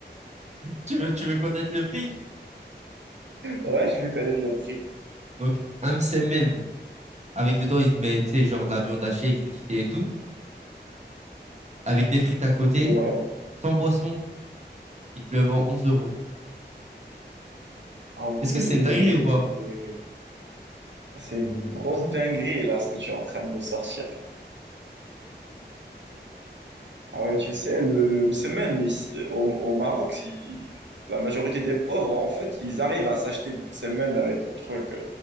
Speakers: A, on the right; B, on the right.
A: Tu veux, tu veux connaître le prix?
B: Ouais, je vais connaître le prix.
A: Donc, un semaine avec dedans, il met, tu sais, genre de la viande hachée et crudité et tout, avec des frites à côté.
B: Ouais.
A: sans boisson, il te le vend 11 euros.
B: Ah ouais.
A: Est-ce que c'est une dinguerie ou pas?
B: C'est une grosse dinguerie, là, ce que tu es en train de me sortir. Ah ouais, tu sais, le, le semaine, ici, au, au Maroc, si- la majorité des pauvres, en fait, ils arrivent à s'acheter une semaine avec le truc.